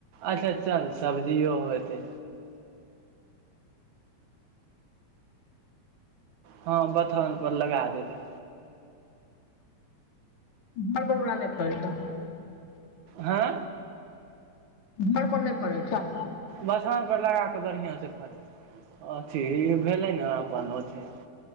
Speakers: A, on the right; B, on the left.
A: अच्छा चल सबजिओ होतै हँ बथनपर लगा देतै
B: घर परबरा नहि फर छै
A: हँ
B: घर पर नहि फड़ै छ
A: बसाँत परर लगा कऽ बढ़िआँ से फड़ अथी ई भेलै ने छै